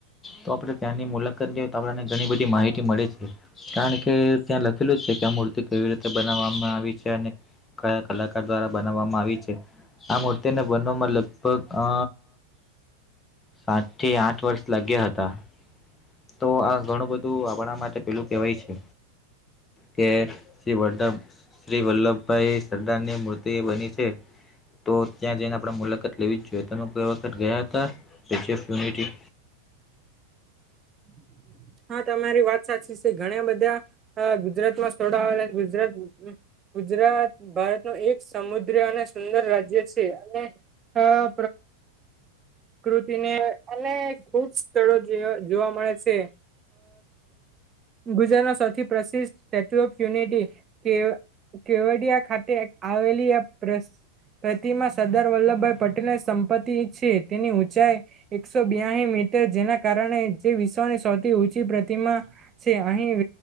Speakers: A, on the left (about 20°); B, on the right (about 30°).
A: તો આપણે ત્યાંની મુલાકાત જઈએ તો આપણને ઘણી બધી માહિતી મળે છે. કારણ કે ત્યાં લખેલું છે, કે આ મૂર્તિ કેવી રીતે બનાવવામાં આવી છે, અને. કયા કલાકાર દ્વારા બનાવવામાં આવી છે, આ મૂર્તિને બનાવામાં લગભગ અ સાત થી આઠ વર્ષ લાગ્યા હતા. તો આ ઘણું બધું આપણા માટે પેલું કેવાય છે. કે <unintelligible> શ્રી વલ્લભભાઈ સરદારની મૂર્તિ બની છે. તો ત્યાં જઈને આપણે મુલાકાત લેવી જ જોઈએ તમેઈ વખત ગયા હતા સ્ટેચ્યુ ઓફ યુનિટી.
B: <unintelligible> હા તમારી વાત. <unintelligible> બધા ગુજરાતમાં <unintelligible> ગુજરાત. ભારત ન એક સમુદ્ર અને સુંદર રાજ્ય છે, અને આ કૃતિને અને ખુબ સ્થળો <unintelligible> જોવા મળે છે. ગુજરાતના સૌથી પ્રસિદ્ધ સ્ટેચ્યુ ઓફ યુનિટી કે કેવડિયા, પ્રતિમા સરદાર વલ્લભભાઈ પટેલ સંપત્તિ છે, તેની ઊંચાઈ એકસો બ્યાસી મી જેના કારણે જે વિશ્વની સૌથી ઊંચી પ્રતિમા છે, અહીં